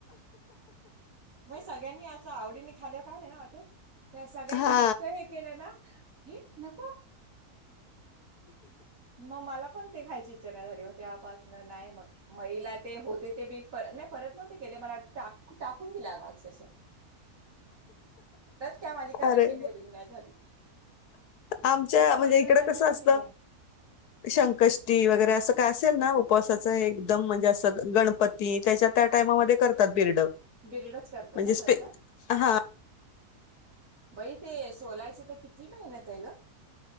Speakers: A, on the right (about 55°); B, on the left (about 80°).
A: मग सगळ्यांनी असं आवडीने खाल काय नाही ना वाट. त्या सगळ्यांनी
B: हा
A: इतकं हे केलं ना हे नको. मग मला पण ते खायची इच्छा झाली मग त्यापासन नाही मग महिला ते होते ते मी पर नाही परत नव्हते केले मला वाटते टाकून दिला अक्सेस. का माझी करायची
B: अरे
A: डेअरिंग नाही झाली.
B: आमच्या
A: एकदा
B: म्हणजे
A: म्हटलं
B: इकड
A: त्याला
B: कसं
A: किती
B: असत. संकष्टी वगैरे असं काय असेल ना उपवासाचं एकदम म्हणजे असं गणपती ती त्याच्या त्या टायमामध्ये करतात बिर्ड
A: बिरडच करतात
B: म्हणजे
A: ना
B: स्पे
A: त्याचा
B: हा
A: बई ते सोलायच तर किती मेहनत आहे ग.